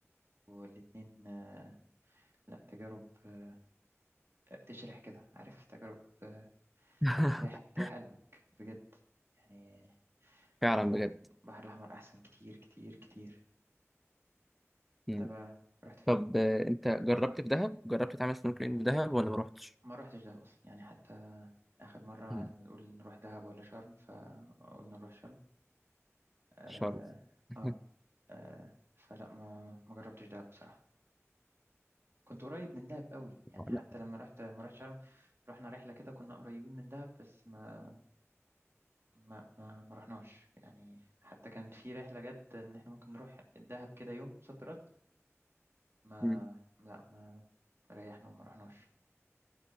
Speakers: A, on the right (about 55°); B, in the centre.
A: والاتنين آه، لا تجارب آه، تشرح كده عارف تجارب آه،
B: <laughs>
A: تريح تريح قلبك بجد يعني
B: فعلا
A: لا البحر
B: بجد
A: البحر الأحمر أحسن كتير كتير كتير
B: مم.
A: انت بقى رحت فين؟
B: طب آه، انت جربت في دهب جربت تعمل سنوركلينج في دهب ولا ما رحتش
A: ما روحتش دهب أصلا يعني حتى آخر مرة
B: مم.
A: قعدنا نقول نروح دهب ولا شرم فقلنا نروح شرم آه,
B: شرم <laughs>
A: آه, آه فلا ما ما جربتش دهب بصراحة كنت قريب من دهب قوي يعني
B: لا
A: حتى لما رحت لما رحت شرم رحنا رحلة كده كنا قريبين من دهب بس ما ما ما, ما رحناش يعني حتى كان في رحلة جت إن إحنا ممكن نروح دهب كده يوم صد رد ما
B: مم.
A: لا ما ما ريحنا وما رحناش